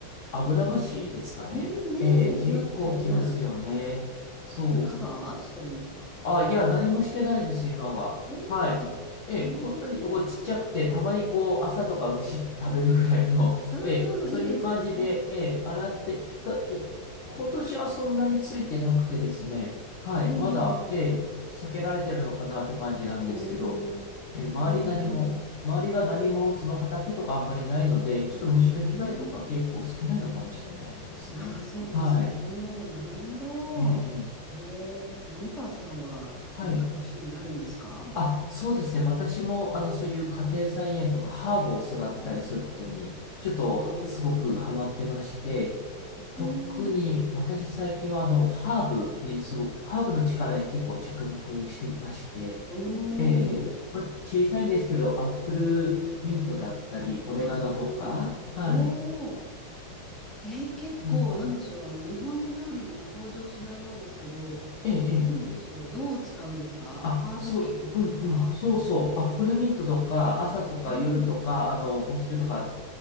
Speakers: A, on the left; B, in the centre.
A: アブラムシですかね。
B: うんねえ、
A: ええ結構来ますよね。
B: 来ますよね。
A: そう。
B: じゃあカバーしてるんですか
A: あ、いや、何もしてないです、今は。
B: ええあ、
A: はい。ええ、
B: え
A: 本当にこうちっちゃくて、
B: え
A: たまにこう、朝とかむしって食べるぐらいの、
B: あ、
A: <laughs>
B: うんうん、
A: ええ、そういう感じで、
B: いいですね。
A: ええ、洗って、だ、い今年はそんなについてなくてですね、はい、
B: ええええ
A: まだ、ええ、避けられてるのかなって感じなんですけど、
B: おおー、
A: ええ、
B: なるほど。
A: 周り何も、周りが何もその畑とかあんまりないので、ちょっと虫の被害とか結構少ないのかもしれないですね。
B: あ、うん、ああ、そうですね。
A: はい。
B: なるほど。
A: ええ、ええ、
B: ええー、滑川さんは、
A: はい。
B: なんかご趣味あるんですか
A: あ、そうですね。私も、
B: 他に
A: あの、そういう家庭菜園とかハーブを育てたりすることに、
B: うん
A: ちょっとは、
B: おおー、
A: すごくハマってまして、特に私最近は、
B: うん、
A: あの、ハーブにすご、ハーブの力に結構着目してまして、
B: お
A: ええ、ええまあ、
B: お、
A: 小さいんですけど、アップルミントだったり、オレガノとか、
B: ああ、
A: はい。
B: おお、えー結構、
A: うん。
B: なんでしょう、あの、日本の料理には登場しないものですけど、
A: ええ、え
B: なんでしょう、どう使うんですかハーブティーとか
A: あ、そう、うんうん、そうそう、アップルミントとか、朝とか夜とか、
B: うん、
A: あの、お昼とか、